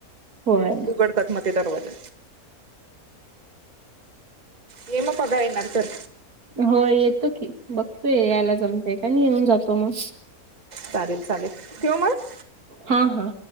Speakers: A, on the right; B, on the right.
A: होय.
B: उघडतात मग ते दरवाजा. ये मग बघाय येणार तर?
A: होय, येतो की. बघतोय, यायला जमतेय का नाही. येऊन जातो मग.
B: चालेल-चालेल, ठिव मग.
A: हा-हा.